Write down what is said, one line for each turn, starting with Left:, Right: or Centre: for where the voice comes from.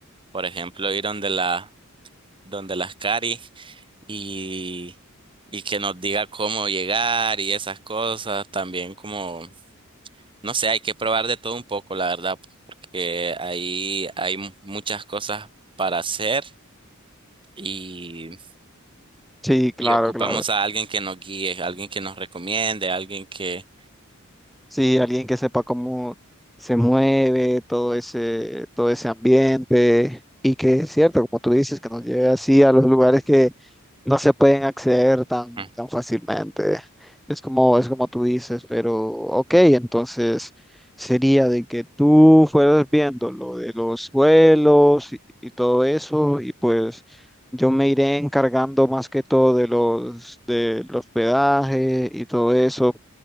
Right: Por ejemplo, ir donde la, donde las cari. y, y que nos diga cómo llegar y esas cosas. También como, no sé, hay que probar de todo un poco, la verdad, porque ahí hay mu- muchas cosas para hacer y,
Centre: Sí, claro,
Right: y ocupamos
Centre: claro.
Right: a alguien que nos guíe, alguien que nos recomiende, alguien que...
Centre: Sí, alguien que sepa cómo se mueve todo ese, todo ese ambiente y que es cierto, como tú dices, que nos lleve así a los lugares que no se pueden acceder tan,
Right: Mm,
Centre: tan fácilmente. Es como, es como tú dices, pero ok, entonces sería de que tú fueras viendo lo de los vuelos y, y todo eso, y pues yo me iré encargando más que todo de los, del hospedaje y todo eso.